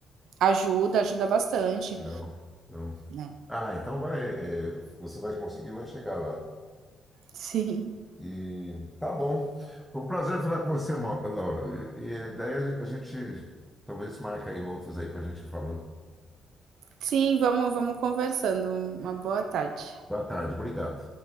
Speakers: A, on the right; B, in the centre.
A: ajuda, ajuda bastante,
B: Legal. Então,
A: né?
B: ah, então vai, é, você vai conseguir, vai chegar lá.
A: Sim.
B: E tá bom. Foi um prazer falar com você, Ma- Laura. E, e daí a gente talvez marque aí outros aí para a gente ir falando.
A: Sim, vamos vamos conversando. Uma boa tarde.
B: Boa tarde, obrigado.